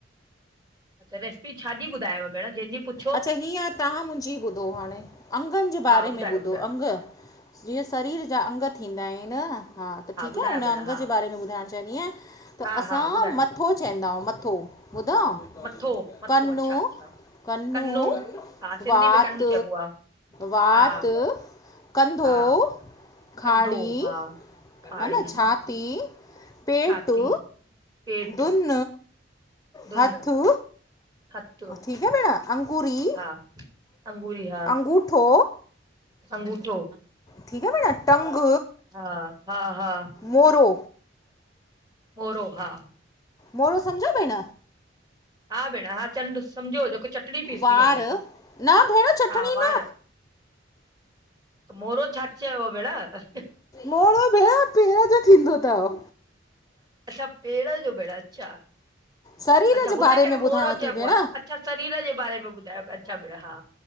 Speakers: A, on the right; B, on the left.
A: अच्छा रेसिपी छाजी ॿुधायव भेण जंहिंजी पुछो
B: अच्छा हीअं तव्हां मुंहिंजी ॿुधो हाणे, अगनि जे बारे
A: हा ॿुधायो
B: में ॿुधो
A: ॿुधायो
B: अंग। जीअं शरीर जा अंग थींदा आहिनि हा त ठीक
A: ॿुधायो
B: आ हुनन
A: भेण
B: अंग
A: हा
B: जे बारे में ॿुधाइण चाहींदी आहियां। त
A: हा
B: असां
A: हा ॿुधायो
B: मथो चईंदा आहियूं मथो। ॿधव
A: मथो मथो
B: कन्नु।
A: अच्छा अच्छा
B: कन्नु,
A: कन्नो हा सिंधी
B: वात
A: में कन्नु चइबो आहे
B: वात
A: हा
B: कंधो,
A: हा
B: खाड़ी
A: कंधो हा खाड़ी
B: हा न
A: कंधो,
B: छाती पेटु,
A: छाती पेट
B: दुन।
A: दुन
B: हथू
A: हथ
B: ठीक आ भेण। अंगूरी
A: हा आंगूरी हा
B: अंगूठो
A: अंगूठो।
B: ठीकु आ भेण टंग,
A: हा हा हा
B: मोरो।
A: मोरो हा
B: मोरो समझव भेंण?
A: हा भेण हा झंड्र सम्झो जेको चटणी पीस
B: वार
A: बि आहे जेंहिसां
B: न भेण चटणी
A: हा वार
B: न
A: त मोरो छा चयो भेण अच्छा
B: मोरो भेण पेर जो थींदो तव।
A: अच्छा पेड़ जो भेण अच्छा!
B: शरीर
A: अच्छा
B: जे
A: हुनखे
B: बारे
A: बि
B: में ॿुधायांव
A: मुहिरो चइबो
B: थी भेण
A: आहे अच्छा शरीर जे बारे में ॿुधायो पया अच्छा भेण हा